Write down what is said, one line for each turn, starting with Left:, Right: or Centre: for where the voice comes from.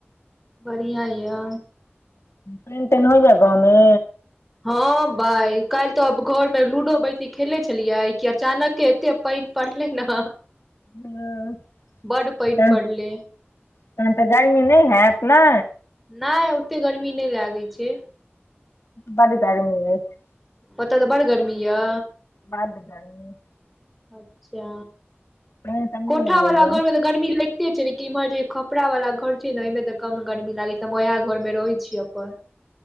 Centre: बढ़ियां य
Left: पाईन ताईन हो या गाँवमे
Centre: हँ भाइ काल्हि तऽ आब घरमे लूडो बेैसी खेलैत छलियै कि अचानक एतेक पानि पड़लै ने
Left: हं
Centre: बड पानि
Left: त
Centre: पड़ले
Left: तहन तऽ गर्मी नहि हैत ने
Centre: नहि ओते गर्मी नहि लागैत छै
Left: बड़ गर्मी अछि
Centre: ओतऽ तऽ बड़ गर्मी य
Left: बद गरमी
Centre: अच्छा
Left: पानि सब नहि
Centre: कोठ
Left: ने होइया
Centre: वला घरमे तऽ गर्मी ल गते छै लेकिन इम्हर जे खपरा वाला घर छै ने ओहिमे तऽ कम गर्मी लागैत छै हम ओएह घर मे रहै छी अपन